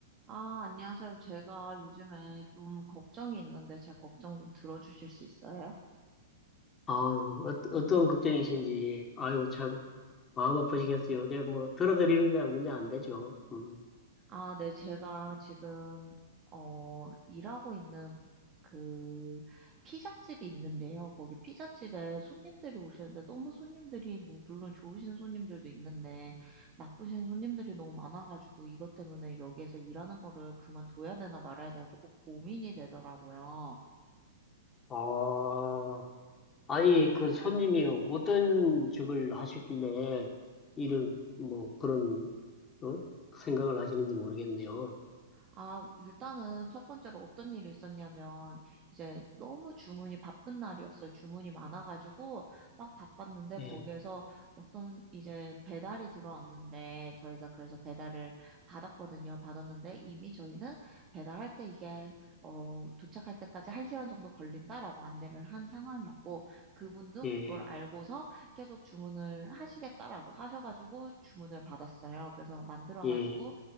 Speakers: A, on the right; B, on the left.
A: 아, 안녕하세요. 제가 요즘에 좀 걱정이 있는데 제 걱정 좀 들어주실 수 있어요?
B: 아유, 어, 어떤 걱정이신지, 아유, 참, 마음 아프시겠어요. 이제 뭐, 들어드리는 거야, 문제 안 되죠. 음.
A: 아, 네. 제가 지금, 어, 일하고 있는 그 피자집이 있는데요. 거기 피자집에 손님들이 오시는데 너무 손님들이 뭐, 물론 좋으신 손님들도 있는데 나쁘신 손님들이 너무 많아가지고 이것 때문에 여기에서 일하는 거를 그만둬야 되나 말아야 되나 조금 고민이 되더라고요.
B: 아, 아니, 그 손님이 어떤 직을 하셨길래, 이런, 뭐, 그런, 어? 생각을 하시는지 모르겠네요.
A: 아, 일단은 첫 번째로 어떤 일이 있었냐면, 이제 너무 주문이 바쁜 날이었어요. 주문이 많아가지고, 막 바빴는데,
B: 예,
A: 거기에서 어떤 이제 배달이 들어왔는데, 저희가 그래서 배달을 받았거든요. 받았는데, 이미 저희는 배달할 때 이게, 어, 도착할 때까지 한시간 정도 걸린다라고 안내를 한 상황이었고, 그분도
B: 예,
A: 그걸 알고서 계속 주문을 하시겠다라고 하셔가지고, 주문을 받았어요. 그래서 만들어가지고,
B: 예,